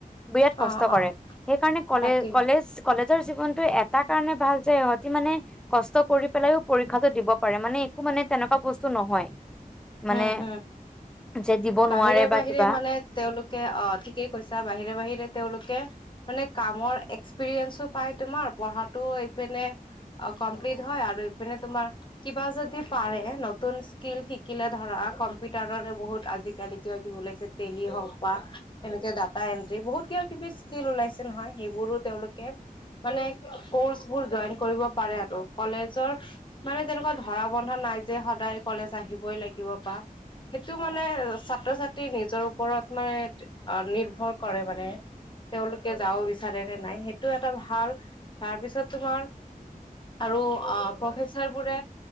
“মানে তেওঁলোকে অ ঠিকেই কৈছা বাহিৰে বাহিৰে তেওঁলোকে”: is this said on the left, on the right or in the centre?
Left